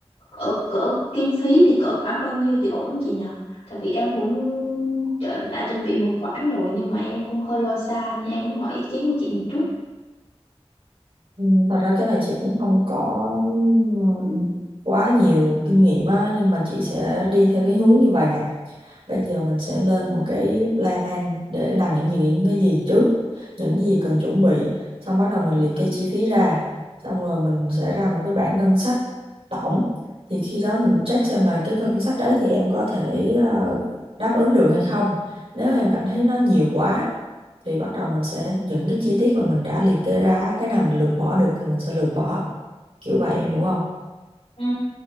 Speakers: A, on the left (about 80°); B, on the right (about 70°).
A: cỡ cỡ kinh phí thì cỡ khoảng bao nhiêu thì ổn chị nhỉ? Tại vì em cũng đã, đã chuẩn bị một khoản rồi nhưng mà em cũng hơi lo xa nên em muốn hỏi ý kiến của chị một chút.
B: Ừ, Thật ra cái này chị cũng không có ừm, quá nhiều kinh nghiệm á, nhưng mà chị sẽ đi theo cái hướng như vậy nè. Bây giờ mình sẽ lên một cái plan để làm những gì những cái gì trước, những gì cần chuẩn bị, xong bắt đầu mình liệt kê chi phí ra, xong rồi mình sẽ ra một cái bảng ngân sách tổng. Thì khi đó mình check xem là cái ngân sách đấy thì em có thể ờ, đáp ứng được hay không. Nếu em cảm thấy nó nhiều quá thì bắt đầu mình sẽ những cái chi tiết mà mình đã liệt kê ra, cái nào mình lược bỏ được thì mình sẽ lược bỏ. Kiểu vậy em hiểu không?
A: Ừ.